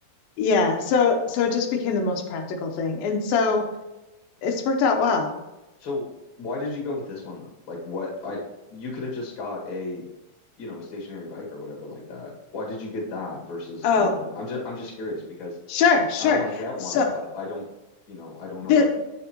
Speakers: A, on the left; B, on the left.
A: yeah, so so it just became the most practical thing. And so
B: S-
A: it's worked out well.
B: So why did you go with this one though? Like what I you could have just got a you know, a stationary bike or whatever like that. Why did you get that versus
A: Oh,
B: another one? I'm just I'm just curious because
A: sure, sure.
B: I want to get one,
A: So
B: but I don't, you know, I don't know
A: the
B: what